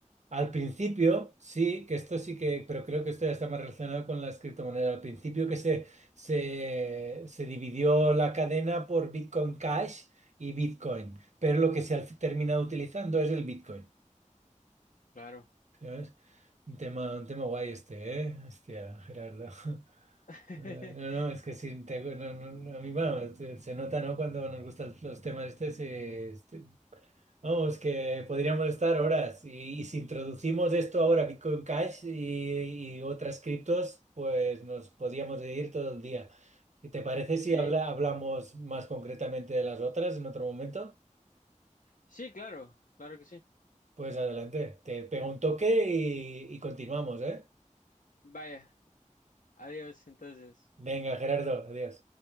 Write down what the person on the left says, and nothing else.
claro.
<laughs>
Sí,
sí, claro, claro que sí.
Vaya, adiós entonces.